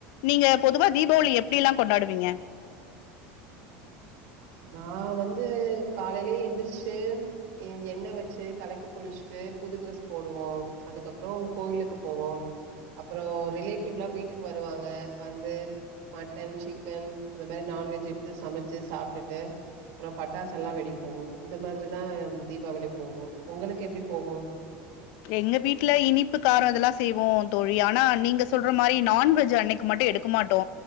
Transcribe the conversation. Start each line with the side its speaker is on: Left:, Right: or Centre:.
Left: நீங்க பொதுவா தீபாவளி எப்டி எல்லா கொண்டாடுவீங்க
Right: நா வந்து காலையிலே எந்திரிச்சு எ எண்ண வச்சு தலைக்கு குளிச்சுட்டு புது ட்ரெஸ் போடுவோ அதுக்கு அப்புறோ கோவிலுக்கு போவோ அப்புறோ‌ ரிலேட்டிவ்ல்லா வீட்டுக்கு வருவாங்க வந்து மட்டன் சிக்கன் அந்த மாரி நான்வெஜ் எடுத்து சமைச்சு சாப்ட்டுட்டு அப்புறோ பட்டாச எல்லா வெடி போ இந்த மாதிரிதா தீபாவளி போகு உங்களுக்கு எப்டி போகு
Left: எங்க வீட்ல இனிப்பு காரோ அதெல்லா செய்வோ தோழி ஆனா நீங்க சொல்ற மாரி நான்வெஜ் அன்னைக்கு மட்டு எடு க்க மாட்டோ